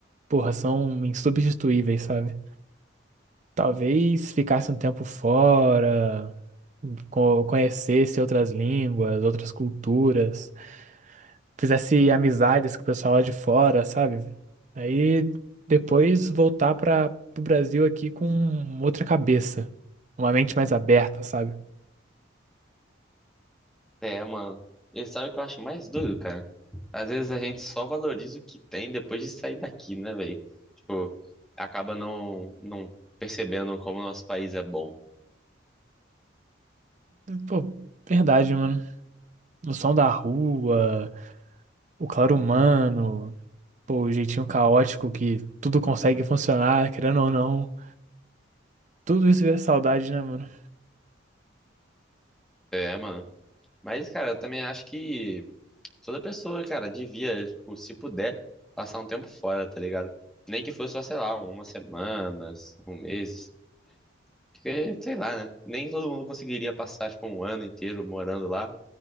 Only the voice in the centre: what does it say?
É, mano. E sabe o que eu acho mais doido, cara? Às vezes a gente só valoriza o que tem depois de sair daqui, né, velho? Tipo, acaba não, não percebendo como o nosso país é bom.
É, mano. Mas, cara, eu também acho que toda pessoa, cara, devia, tipo, se puder, passar um tempo fora, tá ligado? Nem que fosse só, sei lá, umas semanas, um mês. Porque, sei lá, né? Nem todo mundo conseguiria passar, tipo, um ano inteiro morando lá.